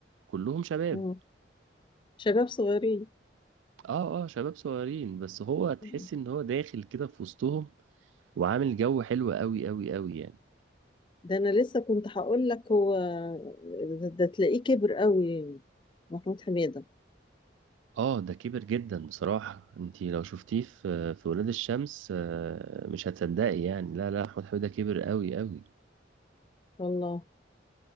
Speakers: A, on the right; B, on the left.
A: كلهم شباب
B: مم. شباب صغيرين
A: اه اه شباب صغيرين بس هو تحس
B: مم.
A: ان هو داخل كده في وسطهم وعامل جو حلو قوي قوي قوي يعني
B: ده انا لسه كنت هقول لك هو ده, ده تلاقيه كبر قوي محمود حميدة
A: اه ده كبر جدا بصراحة انتي لو شفتيه في في ولاد الشمس آه، مش هتصدقي يعني لا لا احمد حميدة كبر قوي قوي
B: والله